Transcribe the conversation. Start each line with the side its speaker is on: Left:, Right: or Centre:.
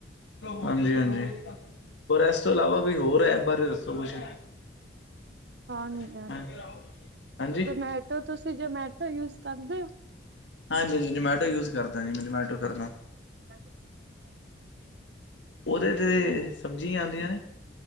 Left: ਹਾਂਜੀ-ਹਾਂਜੀ ਹੋਰ ਇਸ ਤੋਂ ਇਲਾਵਾ ਕੋਈ ਹੋਰ ਐਪ ਬਾਰੇ ਦੱਸੋ ਕੁਛ।
Right: ਹਾਂਜੀ-ਹਾਂਜੀ
Left: ਹਾਂਜੀ ਹਾਂਜੀ
Right: ਜਮੇਟੋ ਤੁਸੀਂ ਜਮੈਟੋ ਯੁਸ ਕਰਦੇ ਹੋ।
Left: ਹਾਂਜੀ ਜੀ ਜਮੈਟੋ ਯੂਜ ਕਰਦਾ ਜੀ ਮੈਂ ਜੌਮੈਟੋ ਕਰਦਾ।
Right: <unintelligible>
Left: ਉਹਦੇ ਤੇ ਸਬਜ਼ੀਆਂ ਆਂਦੀਆਂ ਨੇ।